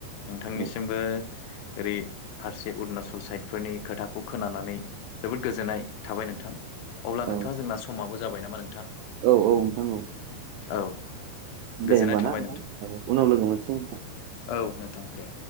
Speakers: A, on the left; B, on the right.
A: नोंथांनिसिमबो
B: औ
A: ओरै फारसे अरुणचल साइडफोरनि खोथाखौ खोनानानै जोबोद गोजोननाय थाबाय नोंथां। अब्ला
B: औ
A: नोंथाङा जोंना समाबो जाबाय नामा नोंथां
B: औ औ नोंथां औ
A: औ
B: दे
A: गोजोननाय
B: होनबा
A: थाबाय
B: ना नोंथां उनाव लोगो मोनगोन।
A: औ नोंथां दे